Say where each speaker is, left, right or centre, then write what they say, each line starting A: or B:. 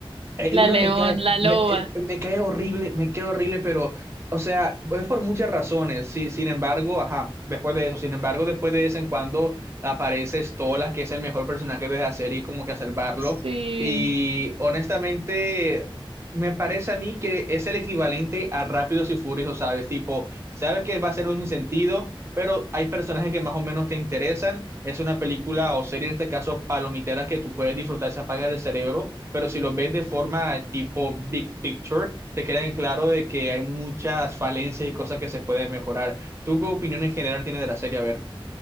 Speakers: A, on the right; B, on the right.
A: eh,
B: la
A: Luna
B: león,
A: me cae,
B: la loba.
A: me, eh, me cae horrible, me cae horrible, pero, o sea, es por muchas razones. Sí, sin embargo, ajá, después de eso, sin embargo, después de vez en cuando aparece Stolas, que es el mejor personaje de la serie, como que a salvarlo.
B: Sí,
A: Y honestamente, me parece a mí que es el equivalente a Rápidos y Furiosos, ¿sabes? Tipo, sabes que va a ser un sinsentido, pero hay personajes que más o menos te interesan. Es una película o serie, en este caso, palomitera, que tú puedes disfrutar, se apaga el cerebro pero si los ves de forma tipo big picture, te queda en claro de que hay muchas falencias y cosas que se pueden mejorar. ¿Tú qué opinión en general tienes de la serie? A ver.